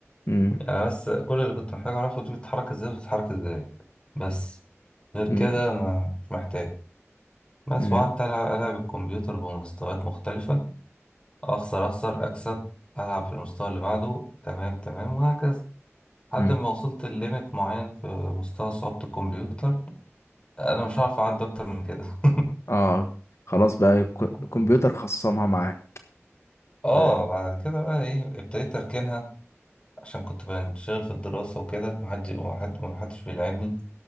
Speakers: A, on the left; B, on the left.
A: امم
B: يعني بس كل اللي كنت محتاج اعرفه دي بتتحرك ازاي وبتتحرك ازاي بس غير كده
A: امم
B: ما مش محتاج بس
A: امم
B: وقعدت ألعب ألعب الكمبيوتر بمستويات مختلفة أخسر أخسر أكسب ألعب في المستوى اللي بعده تمام تمام وهكذا لحد
A: امم
B: ما وصلت لليميت معين في مستوى صعوبة الكمبيوتر أنا مش هعرف أعدي أكتر من كده
A: اه خلاص بقى
B: <laughs>
A: الك- الكمبيوتر خصمها معاك
B: اه
A: بقى
B: بعد كده بقى ايه ابتديت اركنها عشان كنت بنشغل في الدراسة وكده محد وحد محدش بيلعبني